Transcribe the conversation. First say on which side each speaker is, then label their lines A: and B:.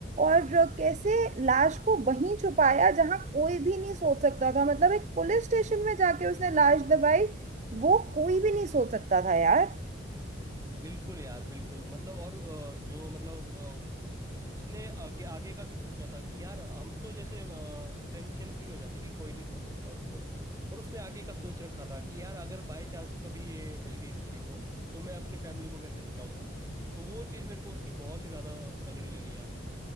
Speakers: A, on the right; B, on the right.
A: और अ, कैसे लाश को वहीं छुपाया जहां कोई भी नहीं सोच सकता था मतलब एक पुलिस स्टेशन में जाके उसने लाश दबाई वो कोई भी नहीं सोच सकता था यार
B: बिल्कुल यार बिल्कुल मतलब और अ, जो मतलब अ, उसने आगे आगे का भी सोचा था कि यार हम तो जैसे टेंशन फ्री हो जाते कि कोई नहीं ढूंढ सकता उसको पर उसने आगे का सोच रखा था कि यार अगर बाय चांस कभी ये मिल गई किसी को तो मैं अपनी फैमिली को कैसे बचाऊंगा तो वो चीज़ मेरे को उसकी बहुत ही ज़्यादा तगड़ी लगी यार